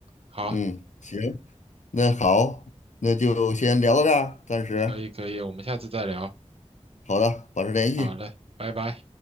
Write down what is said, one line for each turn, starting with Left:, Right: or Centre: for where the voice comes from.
Right: 好，
Left: 嗯，行，那好，那就先聊到这儿，暂时。
Right: 可以可以，我们下次再聊。
Left: 好的，保持联系。
Right: 好嘞，拜拜。